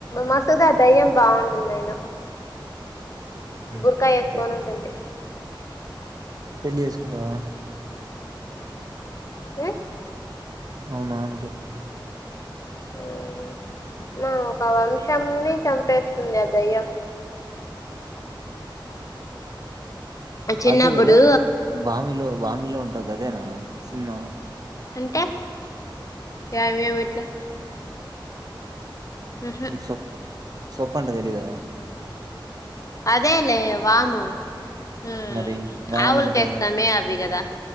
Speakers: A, on the left; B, on the right.
A: మసూదా దయ్యం బాగుంటుందయినా
B: హ్మ్.
A: భూర్కా యేస్కొని
B: ఎ
A: ఉంటుంది
B: పెళ్లి జేసుకుంటావా
A: హు
B: అవునా అంతే
A: మ్మ్ మా ఒక వంశంనే చంపేస్తుంది ఆ దయ్యం చిన్నబ్బుడు
B: అదే గదా! 'వామిలో' వామిలో ఉంటదదేనా సిన్మా
A: అంటే యా మేమిట్లా ఉహు
B: నిసప్ప సొప్పంటే తెలీదా
A: అదేలే వాము ఉమ్
B: మరి వామ్
A: ఆవులికేస్తామే
B: అంటే
A: అవి కదా